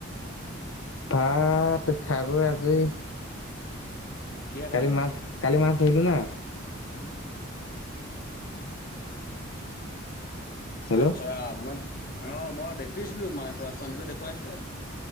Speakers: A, on the left; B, on the left.
A: ভাত, খাই-বই আজৰি।
B: কিহে খালি
A: কালি
B: ভাত?
A: মা, কালি মাছ ধৰিলি না? হেল্ল'
B: আচ্ছা। মই, অ মই দেখিছিলো মাছ ধৰা। সঞ্জীৱে দেখুৱাইছিলে।